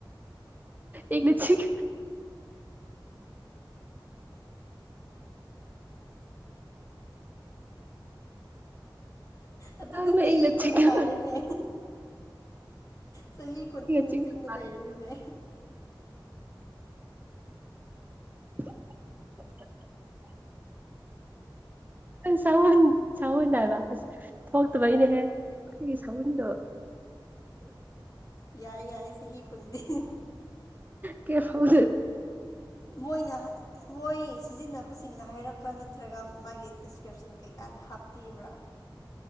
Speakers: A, on the right; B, on the left.
A: ꯏꯪꯅ ꯆꯤꯛ
B: ꯑꯗꯨꯗꯤ
A: ꯆꯥꯡꯅ
B: ꯆꯍꯤ
A: ꯏꯪꯅ
B: ꯀꯨꯟ
A: ꯆꯤꯛꯅ
B: ꯇꯥꯔꯦꯅꯦ ꯆꯍꯤ ꯀꯨꯟ ꯏꯪꯅ
A: ꯆꯤꯛꯅ
B: ꯆꯤꯡꯅ
A: ꯄꯥꯏ
B: ꯂꯩꯔꯅꯤꯅꯦ
A: <inaudible> ꯁꯎꯟ ꯁꯥꯎꯟ ꯍꯥꯏꯕ ꯊꯣꯛꯇꯕꯩꯅꯦꯍꯦ ꯑꯩꯒꯤ ꯁꯎꯟꯗꯣ
B: ꯌꯥꯏ ꯌꯥꯏ ꯆꯍꯤ ꯀꯨꯟꯗꯤ
A: ꯀꯌꯥ ꯐꯥꯎ
B: ꯃꯣꯏꯅ ꯍꯥꯏ ꯃꯣꯏ ꯁꯤꯖꯤꯟꯅꯕꯁꯤꯡꯅ ꯍꯥꯏꯔꯛꯄ꯭ꯔꯥ ꯅꯠꯇ꯭ꯔꯒ ꯃꯥꯒꯤ ꯗꯤꯁꯀ꯭ꯔꯤꯞꯁꯟ ꯀꯩꯀꯥꯗ ꯍꯥꯞꯄꯤꯕ꯭ꯔꯥ